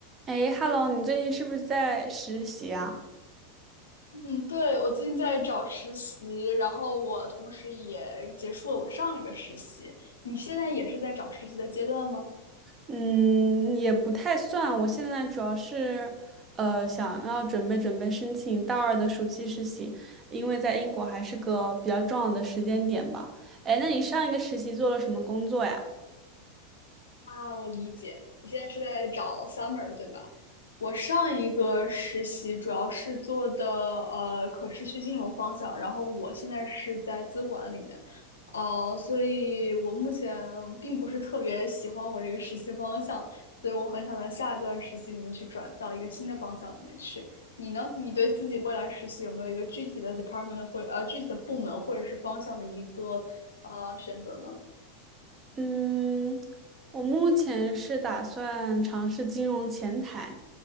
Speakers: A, on the right; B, on the left.
A: 哎，Hello，你最近是不是在实习啊？
B: 嗯，对，我最近在找实习，然后我同时也结束了我上一个实习。你现在也是在找实习的阶段吗？
A: 嗯，也不太算，我现在主要是呃想要准备准备申请大二的暑期实习，因为在英国还是个比较重要的时间点吧。哎，那你上一个实习做了什么工作呀？
B: 啊，我理解，你现在是在找 summer 对吧？我上一个实习主要是做的呃可持续金融方向，然后我现在是在资管里面，呃，所以我目前并不是特别喜欢我这个实习方向，所以我很想在下一段实习里面去转到一个新的方向里面去。你呢？你对自己未来实习有没有一个具体的 department 或呃具体的部门或者是方向的一个呃选择呢？
A: 嗯，我目前是打算尝试金融前台，